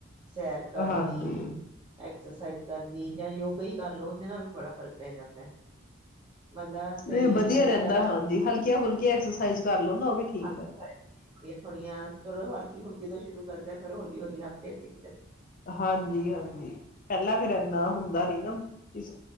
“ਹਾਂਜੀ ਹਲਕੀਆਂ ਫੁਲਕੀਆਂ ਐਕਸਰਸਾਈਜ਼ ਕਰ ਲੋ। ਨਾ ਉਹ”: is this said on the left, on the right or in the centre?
Left